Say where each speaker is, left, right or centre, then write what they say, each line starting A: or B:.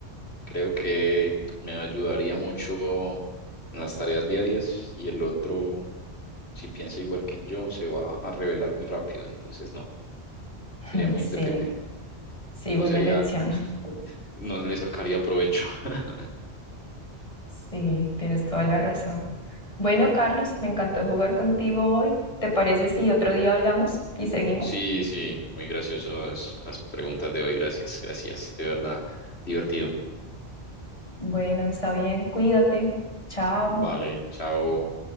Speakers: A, on the left; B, on the left.
A: creo que me ayudaría mucho en las tareas diarias y el otro, si piensa igual que yo, se va a revelar muy rápido. Entonces, no,
B: <laughs>
A: sería muy
B: sí,
A: independiente.
B: sí,
A: No
B: buena
A: sería.
B: lección. <laughs>
A: No le sacaría provecho. <laughs>
B: Sí, tienes toda la razón. Bueno, Carlos, me encantó jugar contigo hoy. ¿Te parece si otro día hablamos y seguimos?
A: Sí, sí, muy graciosas las preguntas de hoy. Gracias, gracias, de verdad, divertido.
B: Bueno, está bien, cuídate. Chao.
A: Vale, chao.